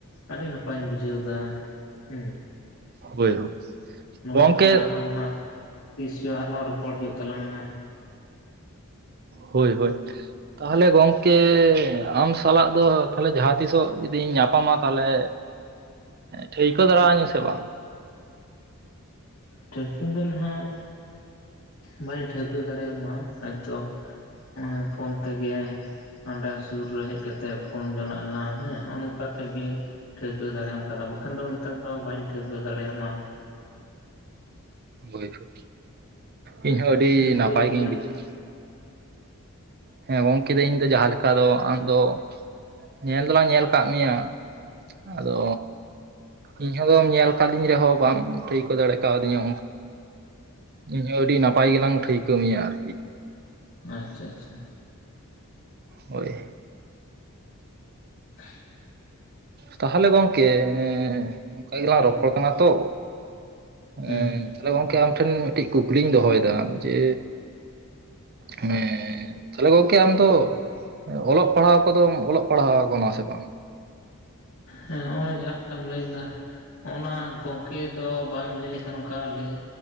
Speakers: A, on the left; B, on the right.
A: ᱟᱹᱰᱤ ᱱᱟᱯᱟᱭᱤᱧ ᱵᱩᱡᱷᱟᱹᱣ ᱮᱫᱟ ᱦᱮᱸ
B: ᱦᱳᱭ ᱦᱳᱭ
A: ᱨᱚᱯᱚᱲ
B: ᱜᱚᱝᱠᱮ
A: ᱠᱟᱱᱟ ᱟᱨ ᱦᱚᱸ ᱦᱟᱸᱜ ᱛᱤᱥ ᱪᱚ ᱟᱨᱦᱚᱸ ᱨᱚᱯᱚᱲ ᱦᱩᱭᱩᱜ ᱛᱟᱞᱟᱝᱼᱟ
B: ᱦᱳᱭ ᱦᱳᱭ ᱛᱟᱦᱚᱞᱮ ᱜᱚᱢᱠᱮ ᱟᱢ ᱥᱟᱞᱟᱜ ᱫᱚ ᱛᱟᱦᱚᱞᱮ ᱡᱟᱦᱟᱸ ᱛᱤᱥᱚᱜ ᱡᱩᱫᱤᱧ ᱧᱟᱯᱟᱢᱟ ᱛᱟᱞᱮ ᱴᱷᱟᱹᱣᱠᱟᱹ ᱫᱟᱲᱮ ᱟᱹᱧᱟ ᱥᱮ ᱵᱟᱝ
A: ᱴᱷᱟᱹᱠᱟᱹ ᱫᱚ ᱦᱟᱜ ᱵᱟᱹᱧ ᱴᱷᱟᱹᱣᱠᱟᱹ ᱫᱟᱲᱮ ᱟᱢᱟ ᱦᱚᱭ ᱛᱚ ᱱᱚᱜᱼᱚᱭ ᱯᱷᱳᱱ ᱛᱮ ᱜᱮ ᱦᱟᱸᱰᱮ ᱥᱩᱨ ᱨᱮ ᱦᱮᱡ ᱠᱟᱛᱮᱜ ᱯᱷᱳᱱ ᱡᱚᱝ ᱟᱜ ᱟᱞᱟᱝ ᱦᱮᱸ ᱱᱚᱜᱼᱚ ᱱᱚᱝᱠᱟ ᱠᱟᱛᱮ ᱜᱮ ᱴᱷᱟᱹᱣᱠᱟᱹ ᱫᱟᱲᱮ ᱟᱢ ᱠᱷᱟᱱ ᱫᱚ ᱵᱟᱠᱷᱟᱱ ᱫᱚ ᱱᱮᱛᱟᱨ ᱫᱚ ᱵᱟᱹᱧ ᱴᱷᱟᱹᱣᱠᱟᱹ ᱫᱟᱲᱮ ᱭᱟᱢᱟ
B: ᱦᱳᱭ ᱦᱳᱭ ᱤᱧ ᱦᱚᱸ ᱟᱹᱰᱤ
A: ᱴᱷᱟᱹᱣᱠᱟᱹᱧ
B: ᱱᱟᱯᱟᱭ
A: ᱜᱮᱭᱟᱢ
B: ᱜᱤᱧ ᱵᱩᱡᱟᱣ ᱮᱫᱟ
A: <unintelligible>
B: ᱦᱮᱸ ᱜᱚᱝᱠᱮ ᱤᱧ ᱫᱚ ᱡᱟᱦᱟᱸ ᱞᱮᱠᱟ ᱫᱚ ᱟᱢ ᱫᱚ ᱧᱮᱞ ᱫᱚᱞᱟᱝ ᱧᱮᱞ ᱟᱠᱟᱫ ᱢᱮᱭᱟ ᱟᱫᱚ ᱤᱧ <unintelligible> ᱧᱮᱞ ᱠᱟᱫᱤᱧ ᱨᱮ ᱦᱚᱸ ᱵᱟᱢ ᱴᱷᱟᱹᱠᱟᱹ ᱫᱟᱲᱮ ᱠᱟᱣ ᱫᱤᱧᱟ ᱤᱧ ᱦᱚᱸ ᱟᱹᱰᱤ ᱱᱟᱯᱟᱭ ᱜᱮ ᱞᱟᱝ ᱴᱷᱟᱹᱭᱠᱟᱹ‌ ᱢᱮᱭᱟ ᱟᱨ
A: ᱟᱪᱪᱷᱟ ᱟᱪᱪᱷᱟ
B: ᱦᱳᱭ
A: <unintelligible>
B: ᱛᱟᱦᱚᱞᱮ ᱜᱚᱝᱠᱮ ᱱᱚᱝᱠᱟ ᱜᱮᱞᱟᱝ ᱨᱚᱯᱚᱲ ᱠᱟᱱᱟ ᱛᱚ
A: ᱦᱩᱸ
B: ᱦᱮᱸ ᱛᱟᱦᱞᱮ ᱜᱚᱝᱠᱮ ᱟᱢ ᱴᱷᱮᱱ ᱢᱤᱫ ᱴᱮᱱ ᱠᱩᱠᱞᱤᱧ ᱫᱚᱦᱚᱭ ᱮᱫᱟ ᱡᱮ ᱦᱮᱸ ᱛᱟᱦᱚᱞᱮ ᱜᱚᱝᱠᱮ ᱟᱢ ᱫᱚ ᱚᱞᱚᱜ ᱯᱟᱲᱦᱟᱣ ᱠᱚᱫᱚᱢ ᱚᱞᱚᱜ ᱯᱟᱲᱦᱟᱣ ᱟᱠᱟᱱᱟ ᱥᱮ ᱵᱟᱝ
A: ᱦᱮᱸ ᱦᱚᱸᱜᱼᱚᱭ ᱡᱟᱦᱟᱸ ᱞᱮᱠᱟᱢ ᱞᱟᱹᱭ ᱫᱟ ᱚᱱᱟ ᱜᱚᱝᱠᱮ ᱫᱚ ᱵᱟᱝ ᱞᱟᱹᱭ ᱞᱮ ᱠᱷᱟᱱ ᱚᱱᱠᱟ ᱞᱟᱹᱭ